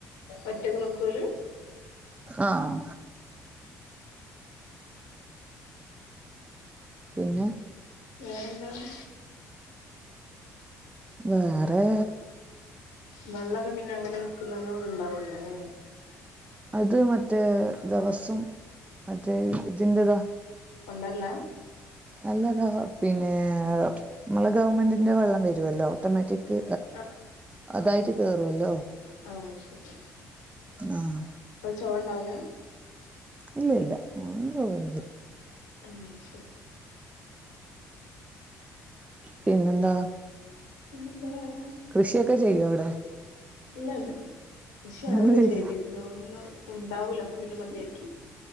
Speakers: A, on the left; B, on the right.
A: ഒറ്റക്ക് നോക്കൂല്
B: ആഹ് പിന്നെ
A: വേറെ എന്താണ്
B: വേറെ
A: വെള്ളൊക്കെ പിന്നെ എങ്ങനെ വെക്കുന്നോണ്ട് ഉണ്ടാവല്ലോല്ലേ
B: അത് മറ്റേ ദിവസം മറ്റേ ഇതിന്റെതാ
A: കൊണ്ടല്ലാം
B: അല്ലതോ പിന്നെ നമ്മടെ ഗവൺമെന്റിന്റെ വെള്ളം വരുവല്ലോ ഓട്ടോമാറ്റിക്
A: ആഹ്
B: അതായിട്ട് കേറുവല്ലോ
A: ആഹ് ശരി
B: ആഹ്
A: ഒരു ചെവ ഒണ്ടാവില്ല
B: ഇല്ല ഇല്ല ഒന്നു ഇല്ല
A: എന്നാ ശരി
B: പിന്നെന്താ
A: പിന്നെന്താ വരാൻ
B: കൃഷിയൊക്കെ ചെയ്യ്തോ അവിടെ
A: ഇല്ലല്ല പക്ഷെ
B: ഒന്നും
A: അതിനെ കുറിച്ച്
B: ചെയ്യില്ല
A: ഒന്നും ഉണ്ടാവൂല അപ്പൊ പിന്നെ മതിയാക്കി